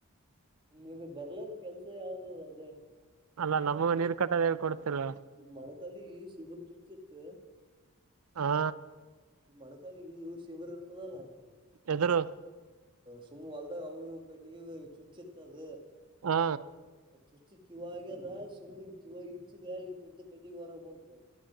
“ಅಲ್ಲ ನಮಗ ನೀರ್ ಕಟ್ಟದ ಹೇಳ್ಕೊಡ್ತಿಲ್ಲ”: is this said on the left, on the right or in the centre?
Right